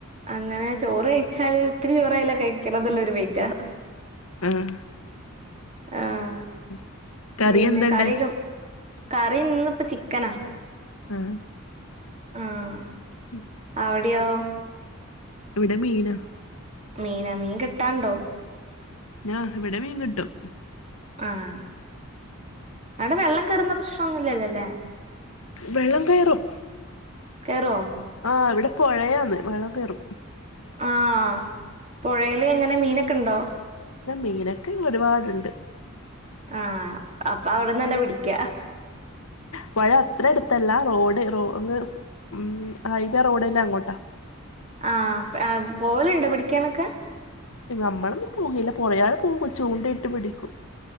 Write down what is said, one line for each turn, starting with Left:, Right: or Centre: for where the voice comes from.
Right: അങ്ങനെ ചോറ് കഴിച്ചാല് ഇത്തിരി ചോറായലും കഴിക്കണന്നുള്ള ഒരു മൈൻഡാ
Left: ആഹ്
Right: ആഹ്
Left: <inaudible>
Right: പിന്നെ
Left: എന്താ
Right: കറി
Left: ഇണ്ടാക്കി
Right: കറി ഇന്ന് ഇപ്പ ചിക്കനാ
Left: ആഹ്
Right: ആഹ്
Left: ഉം
Right: അവിടെയോ
Left: ഇവിടെ മീനാ
Right: മീനാ മീൻ കിട്ടാണ്ടോ
Left: ഞാ ഇവിടെ മീൻ കിട്ടും
Right: ആഹ് അവിടെ വെള്ളം കേറുന്ന പ്രശ്നമൊന്നുല്ലല്ലോല്ലേ
Left: വെള്ളം കയറും
Right: കേറോ
Left: ആഹ് ഇവിടെ പുഴയാന്ന് വെള്ളം കേറും
Right: ആഹ് പൊഴേല് എങ്ങനെ മീനൊക്കെണ്ടോ
Left: മീനൊക്കെ ഒരുപാടുണ്ട്
Right: ആഹ് അപ്പൊ അവിടന്നന്നെ പിടിക്ക
Left: പുഴ അത്ര അടുത്തല്ല റോഡ് റോന്ന് ഉം ഹൈവേ റോഡിന്റെ അങ്ങോട്ട
Right: ആഹ് പോവലുണ്ടോ പിടിക്കാനൊക്കെ
Left: നമ്മളൊന്നും പോകില്ല കൊറയാള് പോകും ചൂണ്ട ഇട്ട് പിടിക്കും